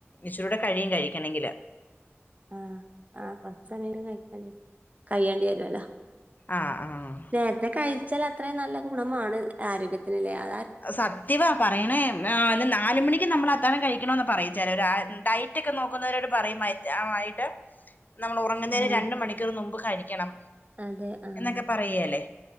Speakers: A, on the left; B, on the right.
A: ഇച്ചിരൂടെ കഴിയും കഴിക്കണെങ്കില്.
B: ആഹ് ആഹ് കൊർച്ചന്തേലും കഴിക്കണ്ടി കയ്യേണ്ട്യര്വല്ലോ.
A: ആഹ് ആഹ്.
B: നേര്ത്തെ കയിച്ചാൽ അത്രയും നല്ല ഗുണമാണ് ആരോഗ്യത്തിന്ലെ അ
A: അ സത്യവാ പ കയ്യ്ണം ഏഹ് അല്ല നാല്മണിക്ക് നമ്മള് അത്താഴം കഴിക്കണമന്ന് പറയും ച്ചാല് ഒരാ ഡയറ്റ്ക്കെ നോക്കുന്നവരോട് പറയുമ ഞ്ഞാ വൈകിട്ട് നമ്മള് ഉറങ്ങുന്നതിന്
B: ആഹ്
A: രണ്ടു മണിക്കൂർ മുമ്പ് കഴിക്കണം.
B: അതെ ആഹ്
A: എന്നൊക്കെ പറയേലേ.